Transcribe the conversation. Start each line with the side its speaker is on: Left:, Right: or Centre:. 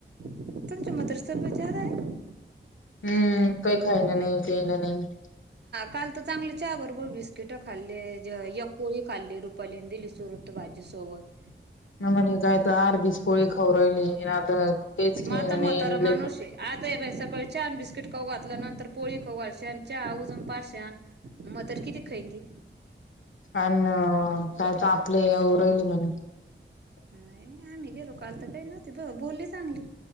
Right: तुमच्या म्हातारीची तब्येत ज्यादा. आहे.
Left: हम्म काही खाय ना, नाही पिय ना, नाही.
Right: काल तर चांगले चहा बरोबर बिस्किट खाल्ले ज एक पोळी खाल्ली रु पलीन दिली चोरून त भाजी सोबत.
Left: काय तर म्हणे अर्धीच पोळी खाऊन राहिली <unintelligible> खेळणं
Right: म आता
Left: नाही
Right: म्हातार माणूस हे आता हे बई सकाळी छान बिस्कीट खाऊ घातले नंतर पोळी ख घलशन हा उजून पाश्यान मग त किती खईन ती.
Left: पण काय तर आपले उरहिली म्हणे <unintelligible>
Right: नाही आम्ही गेलो काल तर काही नव्हती बोलली चांगली